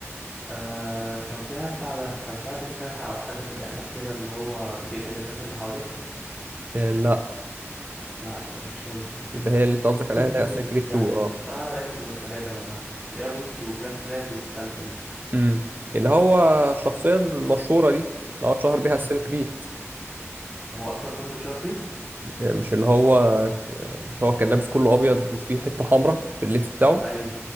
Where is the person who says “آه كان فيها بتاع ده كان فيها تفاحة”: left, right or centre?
Centre